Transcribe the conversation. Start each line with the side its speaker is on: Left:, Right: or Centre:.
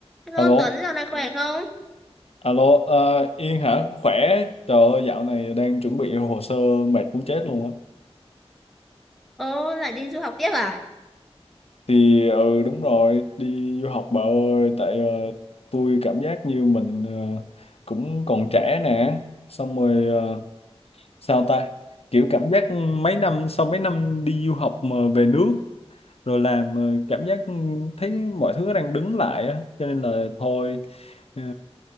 Centre: Hello
Left: Alo,
Centre: Tuấn, dạo này khỏe không?
Left: alo, ờ, Yên hả? Khỏe, trời ơi, dạo này đang chuẩn bị hồ sơ mệt muốn chết luôn á.
Centre: Ồ, lại đi du học tiếp à?
Left: Thì ừ đúng rồi, đi du học bà ơi, tại ờ, tôi cảm giác như mình ờ, cũng còn trẻ nè, xong rồi ờ, sao ta? Kiểu cảm giác mấy năm sau mấy năm đi du học mà về nước rồi làm ờ, cảm giác thấy mọi thứ đang đứng lại á cho nên là thôi ờ,